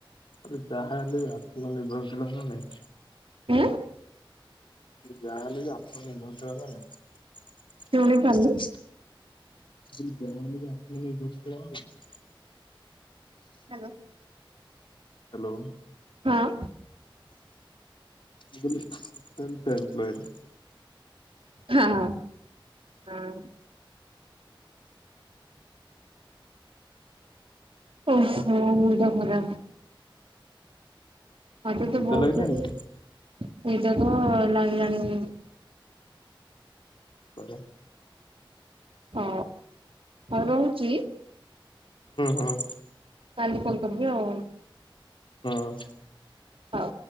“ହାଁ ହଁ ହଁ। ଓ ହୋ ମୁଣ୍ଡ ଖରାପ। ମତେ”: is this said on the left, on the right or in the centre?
Right